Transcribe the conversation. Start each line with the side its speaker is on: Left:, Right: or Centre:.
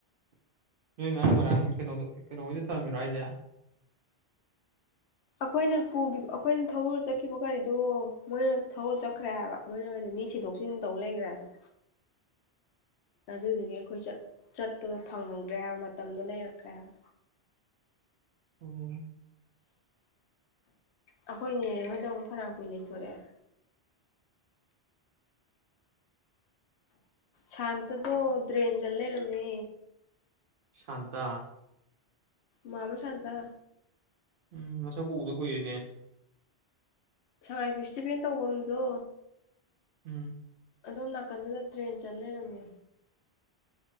Right: ꯅ ꯉꯥꯡ ꯉꯣꯏꯔꯥꯡ ꯀꯩꯅꯣꯗ ꯀꯩꯅꯣꯗꯤ ꯊꯔꯝꯃꯤꯔꯣ ꯍꯥꯏꯁꯦ
Left: ꯑꯩꯈꯣꯏꯅ ꯄꯨꯈꯤꯕ ꯑꯩꯈꯣꯏꯅ ꯊꯧꯔ ꯆꯠꯈꯤꯕ ꯒꯥꯔꯤꯗꯣ ꯃꯣꯏꯅ ꯊꯧ ꯆꯠꯈ꯭ꯔꯦ ꯍꯥꯏꯕ ꯃꯣꯏꯅ ꯑꯣꯏꯅ ꯃꯤ ꯊꯤꯗꯣꯛ ꯁꯤꯤꯟꯟꯗꯧ ꯂꯩꯈ꯭ꯔꯦ ꯍꯥꯏꯕ ꯑꯗꯨꯗꯒꯤ ꯑꯩꯈꯣꯏ ꯆꯠꯄꯗꯣ ꯐꯪꯍꯧꯗ꯭ꯔꯦ ꯍꯥꯏꯕ ꯃꯇꯝꯗꯣ ꯂꯩꯔꯛꯇ꯭ꯔꯦ ꯍꯥꯏꯕ
Right: ꯑꯣꯝ
Left: ꯑꯩꯈꯣꯏꯅꯦ ꯍꯣꯏꯗꯪ ꯑꯃꯨꯛ ꯐꯅꯥ ꯀꯨꯏ ꯂꯩꯊꯣꯔꯛꯑꯦ ꯁꯥꯟꯇꯗꯣ ꯗ꯭ꯔꯦꯟ ꯆ ꯂꯩꯔꯝꯃꯦ
Right: ꯁꯥꯟꯇꯥ
Left: ꯃꯃꯥ ꯁꯥꯟꯗ
Right: ꯎꯝ ꯃꯁꯛꯕꯨ ꯎꯗ ꯀꯨꯏꯔꯤꯅꯦ
Left: ꯁꯉꯥꯏ ꯐꯦꯁꯇꯤꯚꯦꯜ ꯇꯧꯕꯗꯣ
Right: ꯎꯝ
Left: ꯑꯗꯣꯝ ꯅꯥꯀꯟꯗꯨꯗ ꯇ꯭ꯔꯦꯟ ꯆꯠ ꯂꯩꯔꯝꯃꯦ